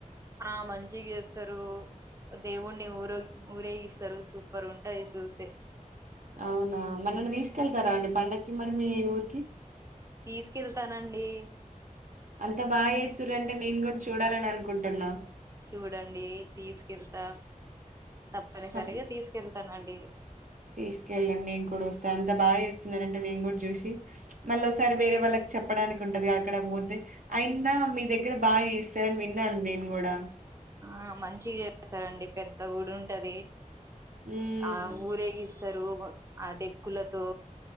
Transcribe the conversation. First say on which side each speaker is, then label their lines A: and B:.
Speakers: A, on the right (about 20°); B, on the right (about 70°).
A: ఆ మంచిగ చేస్తరు. దేవుణ్ణి ఊరొ ఊరేగిస్తారు సూపర్ గుంటది చూస్తే
B: అవునా మరి నన్ని తీసుకెళ్తారా అండి పండక్ క్కి మరి మీ ఊర్కి
A: తీసుకెళ్తానండి
B: అంత బాగ్చెస్తుర్రంటే నేను కూడా చూడాలని అనుకుంటున్నా
A: చూడండి తీసుకెళ్తా తప్పనిసరిగా
B: అప్పుడు
A: తీసుకెళ్ త నండి.
B: తీసుకెళ్ళండి నేను కూడా వస్తా అంత బాగ చేస్తున్నరంటే నేను కూడా చూషి మళ్ళీ ఒకసారి వేరే వాళ్ళక్ కి చెప్పడానికి ఉంటది అక్కడ పోతే అయైనా మీ దగ్గర బాగా చెస్తారని విన్నాను నేను కూడా
A: ఆ మంచిగా చేస్తారండి పెద్ద గుడి ఉంటది.
B: హ్మ్.
A: ఆ ఊరేగిస్ స్సరు. ఆ డెక్కులతో